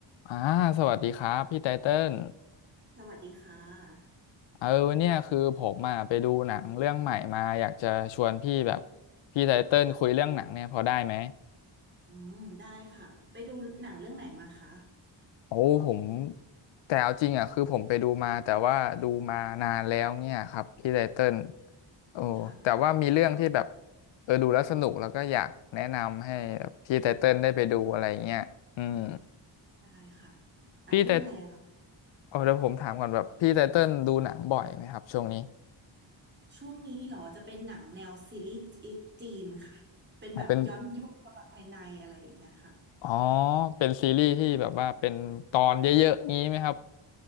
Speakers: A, on the left; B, on the right.
A: อ่าสวัสดีครับพี่ไตเติ้ล
B: สวัสดีค่ะ
A: เออเนี่ยคือผมอ่ะไปดูหนังเรื่องใหม่มาอยากจะชวนพี่แบบพี่ไตเติ้ลคุยเรื่องหนังเนี่ยพอได้ไหม
B: ค่ะอืมได้ค่ะ ไปดูหนังเรื่องไหนมาคะ
A: โอ้ผมแต่เอาจริงอ่ะคือผมไปดูมาแต่ว่าดูมานานแล้วเนี่ยครับพี่ไตเติ้ลโอ้แต่ว่ามีเรื่องที่แบบ
B: ค่ะ
A: เออดูแล้วสนุกแล้วก็อยากแนะนำให้แบบพี่ไตเติ้ลได้ไปดูอะไรเงี้ยอืม
B: ได้ค่ะอ่าเรื่องอะไรอะเหรอ
A: พี่ไตเออเดี๋ยวผมถามก่อนแบบพี่ไตเติ้ลดูหนังบ่อยไหมครับช่วงนี้
B: ค่ะช่วงนี้เหรอจะเป็นหนังแนวซีรีส์จีจีนค่ะ เป็นแบบย้อนยุคประวัติภายในอะไรอย่างเงี้ยค่ะ
A: อ่ะเป็น อ๋อ เป็นซีรีส์ที่แบบว่าเป็นตอนเยอะๆงี้ไหมครับ